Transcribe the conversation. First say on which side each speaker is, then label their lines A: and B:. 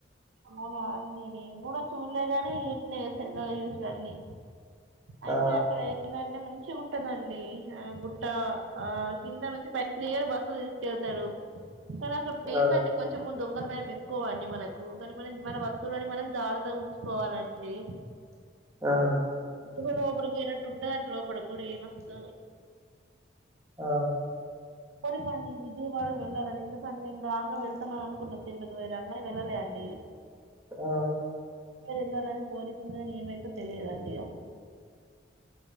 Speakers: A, on the right (about 90°); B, on the right (about 15°).
A: అవునా అండి నేను కూడా చూడలేగాని ఇట్నా ఏస్తారని యుచరని అయితే
B: ఆ
A: అక్కడ ఎందన్ దా మంచిగుంటదండి. ఆ గుట్ట ఆ కింద నుంచి పై ప్రియలు బస్సులు తీసుకెళ్తారు. కొనక్ అక్కడ
B: ఆ
A: ఏందండి. కొంచమున్ దొంగల భయం ఎక్కువండి. మనకు కానీ మనం మన వస్తువులని మనం జాగ్రత్తగా ఉంచుకోవాలండి.
B: ఆహా
A: లో లోపడికి పోయినట్టుటదంట్ లోపలి గుడి ఇంగా మస్తో
B: ఆ
A: పోరీసండీ. విజయవాడ వెళ్ళాలని ఎందుకంటే, మేమ్ రాంగ వెళ్తామని అనుకున్నాం తిరుపతి పోయి రాంగానే వెళ్ళలేండి.
B: ఆ
A: అందరూ ఏళ్లాలని కోరిక ఉంది. గాని ఏమైతో తెలియదండి. ఇగా